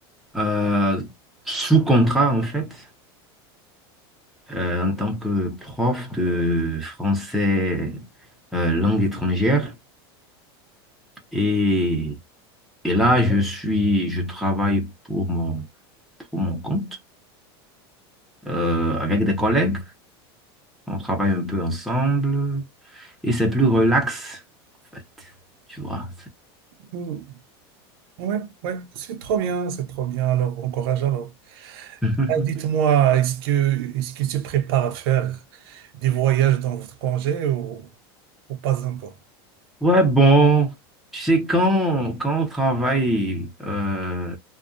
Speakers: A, in the centre; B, on the right (about 65°).
A: euh, sous contrat en fait, euh, en tant que prof de français euh, langue étrangère. Et, et là, je suis, je travaille pour mon, pour mon compte, euh, avec des collègues. On travaille un peu ensemble et c'est plus relax en fait. Tu vois,
B: Mm, Ouais, ouais, c'est trop bien, c'est trop bien. Alors, bon courage alors.
A: c'est... <laughs>
B: Ah, Dites-moi, est-ce que est-ce que tu prépares à faire des voyages dans votre congé ou, ou pas encore?
A: Ouais, bon, tu sais, quand, quand on travaille euh,